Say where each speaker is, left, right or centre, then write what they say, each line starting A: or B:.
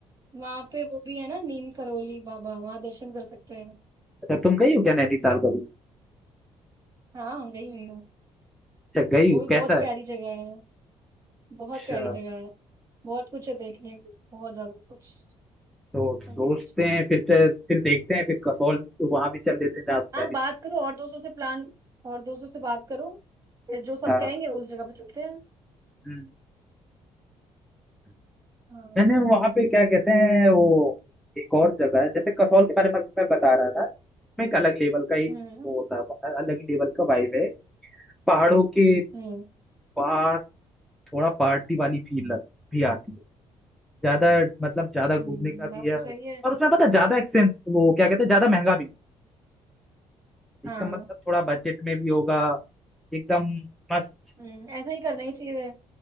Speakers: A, on the right; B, in the centre.
A: वहां पे वो भी है ना नीम करोली बाबा वहां दर्शन कर सकते हैं
B: अच्छा तुम गई हो क्या नैनीताल कभी
A: हाँ गई हुई हूँ
B: अच्छा गई
A: वो
B: हो
A: भी
B: कैसा
A: बहुत
B: है
A: प्यारी जगह है बहुत
B: अच्छा
A: प्यारी जगह है बहुत कुछ है देखने को बहुत ज्यादा कुछ
B: तो सोचते
A: रमेश
B: हैं फिर फिर देखते हैं फिर कसौल तो वहां भी चल लेते हैं जहाँ
A: हाँ
B: नैनीताल
A: बात करो और दोस्तों से प्लान और दोस्तों से बात करो फिर जो सब
B: हाँ
A: कहेंगे उस जगह पे चलते हैं
B: हम्म।
A: हाँ
B: मैंने वहां पे क्या कहते हैं वो एक और जगह है जैसे कसौल के बारे में अभी मैं बता रहा था उसमें एक अलग लेवल का ही
A: हम्म
B: वो होता है अलग ही लेवल का वाइब है पहाड़ों के
A: हम्म
B: पास थोड़ा पार्टी वाली फील लग भी आती है ज्यादा मतलब ज्यादा
A: हम्म,
B: घूमने का भी
A: बात
B: है
A: तो सही है
B: और उसमें पता है, ज्यादा एक्सपेंस वो क्या कहते हैं ज्यादा महंगा भी नहीं। एकदम
A: हाँ
B: मतलब थोड़ा बजट में भी होगा एकदम मस्त
A: हम्म ऐसा ही करना ही चाहिए